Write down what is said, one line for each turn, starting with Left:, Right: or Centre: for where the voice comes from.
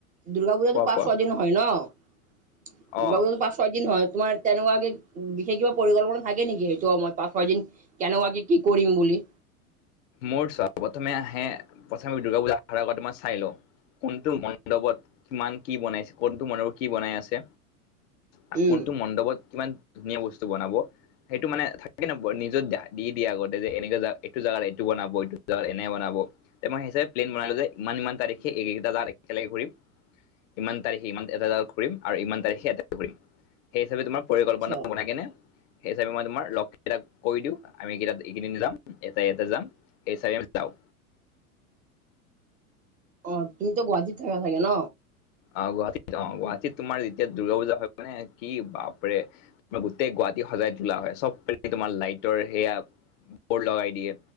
Right: দুৰ্গা পূজাতো
Left: কোৱা
Right: পাঁচ
Left: কোৱা
Right: ছয় দিন হয় ন। দুৰ্গা
Left: অ
Right: পূজা পাঁচ ছয় দিন হয় তোমাৰ তেনেকুৱাকে বিশেষ কিবা পৰিকল্পনা থাকে নেকি সেইটো সময়ত পাঁচ ছয় দিন কেনেকুৱাকে কি কৰিম বুলি।
Left: মোৰ চা প্ৰথমে আহে প্ৰথম দুৰ্গা পূজা অহাৰ আগত মই চাই লওঁ কোনটো মণ্ডপত কিমান কি বনাইছে, কোনটো মণ্ডপত কি বনাই আছে। আ
Right: উম
Left: কোনটো মণ্ডপত কিমান ধুনীয়া বস্তু বনাব সেইটো মানে থাকে ন নিজত দা দি দিয়া আগতে যে এনেকে যে এইটো জেগাত এইটো বনাব এইটো জেগাত এনে বনাব তে মই হিচাপে প্লেন বনালো যে ইমান ইমান তাৰিখে এইকেইটা জেগাত একেলগে ঘূৰিম ইমান তাৰিখে ইমান এটা জেগাত ঘূৰিম আৰু ইমান তাৰিখে এটা ঘূৰিম সেই হিচাপে তোমাৰ পৰিকল্পনা
Right: আচ্ছা
Left: বনাই কেনে সেই হিচাপে মই তোমাৰ লগকেইটাক কৈ দিওঁ, আমি কেইটাত এইকেইদিন যাম এটা ইয়াতে যাম। এই হিচাপে আমি যাওঁ।
Right: অ তুমিতো গুৱাহাটীত থাকা চাগে ন।
Left: অঁ, গুৱাহাটীত যাওঁ। গুৱাহাটীত তোমাৰ যেতিয়া দুৰ্গা পূজা হয় মানে কি বাপৰে তোমাৰ গোটেই গুৱাহাটী সজাই তোলা হয়। চব পিনে তোমাৰ লাইটৰ সেয়া বৰ্ড লগাই দিয়ে।